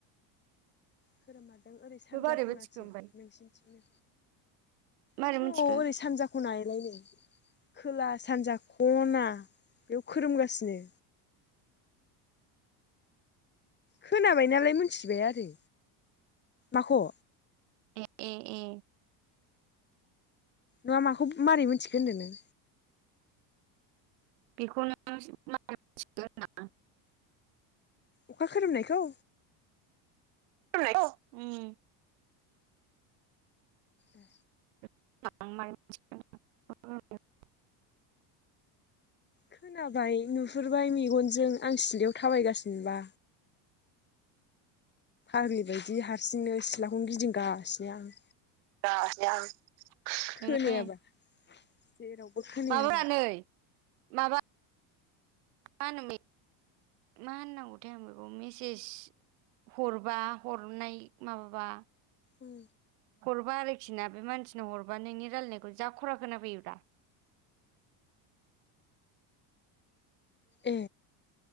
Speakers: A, on the left; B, on the right.
A: खोरोममारदों ओरै सानजा
B: बे मारै
A: खनाथिं
B: मिथिखो ओमफ्राय
A: नोंसिनिथिंनो।
B: मारै
A: नोंगौ
B: मिथिखो
A: ओरै सानजा खना एलाय नै। खोला सानजा खना बेयाव खोरोमगासिनो। खोनाबाय नालाय मिथिबाय आरो माखौ?
B: ए ए ए
A: नङा माखौ मारै मोनथिखो होनदो नों?
B: बेखौ नों मारै मिथिखो‌ होनदां?
A: अखा खोरोमनायखौ?
B: उम
A: ए
B: <unintelligible>
A: खोनाबाय नुहुरबाय मेगनजों आं सिलायाव थाबायगासिनोबा। फाग्लिबायायदि हारसिंनो सिथ्लाखौनो गिदिंगासिनो आं।
B: <unintelligible>
A: खोनायाबा जेरावबो खोनायाबा
B: माबाब्रा नै माबा मा होनोमोन मा होननांगौथाय आं बेखौ मेसेज हरबा हरनाय माबाबा
A: उम
B: हरबा आरो फिना बे मानसिनो हरबा नोंनि रायलायनायखौ जा खरा खोना फैयो ब्रा। <inaudible>
A: ए